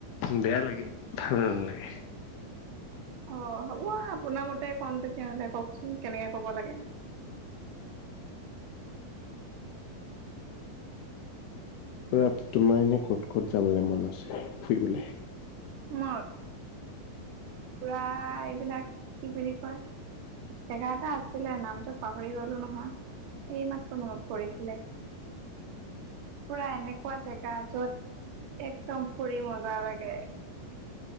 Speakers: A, on the left (about 80°); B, on the right (about 75°).
A: বেয়া লাগে ভাল নালাগে।
B: অ হ'ব আপোনাৰ মতে ক'ম তেতিয়াহ'লে কওঁকচোন কেনেকে ক'ব লাগে।
A: পুৰা তোমাৰ এনে ক'ত ক'ত যাবলৈ মন আছে ফুৰিবলে।
B: মোৰ। পুৰা এইবিলাক কি বুলি কয় জেগা এটা আছিলে, নামটো পাহৰি গলোঁ নহয় এইমাত্ৰ মনত পৰিছিলে। পুৰা এনেকুৱা জেগা য'ত একদম ফুৰি মজা লাগে।